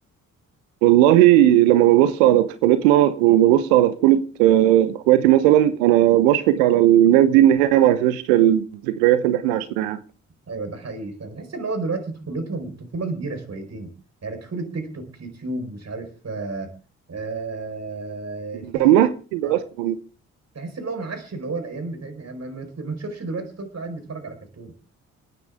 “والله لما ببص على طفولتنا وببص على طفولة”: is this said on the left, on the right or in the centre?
Right